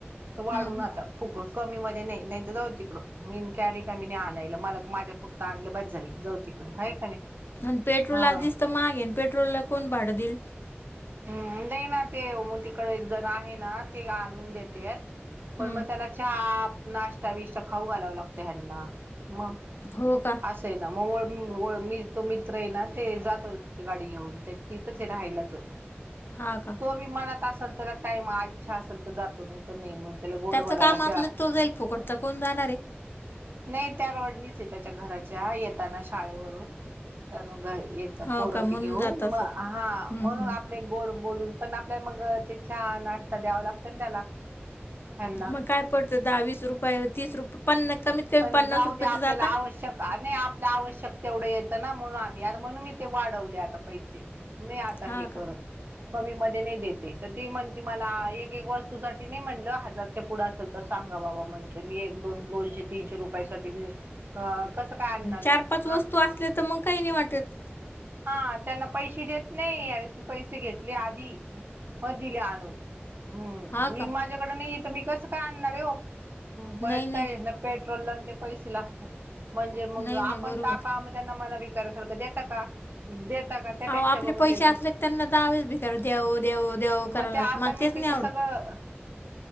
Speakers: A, on the right; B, on the left.
A: तर वाढून
B: हम्म हम्म.
A: आता फुक कमी मध्ये नाही तर जाऊ तिकडं मीन काय रिकामी नाही आणायला मला माझ्या पुरता आणलं बास झालं जाऊ दे तिकडं आहे का नाही
B: आणि पेट्रोल
A: हा
B: आदीच तर महाग आहे आणि पेट्रोलला कोण भाडं देईल?
A: हम् नाही ना ते मग तिकडे एक जण आहे ना ते आणून देतेत पण
B: हम्म
A: मग त्याला चहा नाश्ता बिष्टा खाऊ घालावं लागतं ह्यांना मंग
B: हो का
A: असं ना मग मी तो मित्र आहे ना ते जातो गाडी घेऊन तिथंच आहे राहायला‌ तो
B: हा का
A: तो बी मनात असेल तर त्याला टाईम इच्छा असंल तर जातो नाही तर नाही मग त्याला गोड
B: त्याचं
A: बोलावं
B: काम
A: लागतं
B: असलं तर तो जाईल फुकटचा कोण जाणार आहे.
A: नाही त्या रोडनीच आहे त्याच्या घराच्या येताना शाळेवरून तर घर येत
B: हो
A: पोरती
B: का म्हणून
A: घेऊन
B: जात असल
A: म हा
B: हम्म
A: म्हणून
B: हम्म
A: आप गोड बोलून पण आपल्या मग ते चहा नाश्ता द्यावा लागतं ना त्याला ह्यांना
B: मग काय पडतं दहा वीस रुपये तीस रुपये पन्ना कमीत कमी
A: पण
B: पन्नास
A: जाऊ
B: रुपयेच
A: दे आपल्याला
B: जाता
A: आवश्यक आणि ला आवश्यक तेवढं येतं ना म्हणून आम्ही म्हणून मी ते वाढवले आता पैसे नाही आता हे
B: हा का
A: करत कमी मध्ये नाही देते तर ती म्हणते मला एक एक वस्तूसाठी नाही म्हणलं हजार पुढं असेल तर सांगा बाबा म्हंटले मी एक दोन दोनशे तीनशे रुपया साठी मी कसं काय आणणार आहे
B: चार पाच
A: हा
B: वस्तू असले तर मग काही नाही वाटत
A: हा त्यांना पैसे देत नाही आणि मी पैसे घेतले आधी मग दिले आणून हम्म
B: हा
A: मी
B: का
A: माझ्याकडे नाहीये तर मी कसं काय आणणार आहे हो ब
B: नाही नाही
A: पेट्रोलला अन् ते पैसे लागतात म्हणजे मग
B: नाही नाही
A: आपण
B: बरोबर
A: टाका मग मला भिकाऱ्यासारखं देता का देता का त्यापेक्षा
B: अहो आपले
A: बाबा
B: पैसे
A: ते
B: असले की त्यांना दहावेच भिकार द्यावं द्यावं द्यावं
A: मग
B: करावं
A: ते
B: लागतं
A: आता
B: मला
A: मी
B: तेच नाही
A: ते
B: आवडत
A: सगळं